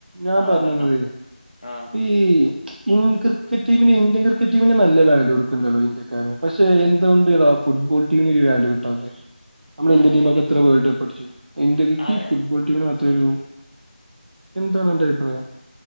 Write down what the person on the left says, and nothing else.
ആഹ്
പറഞ്ഞോ ആഹ്
അതന്നെ
പ
അതെ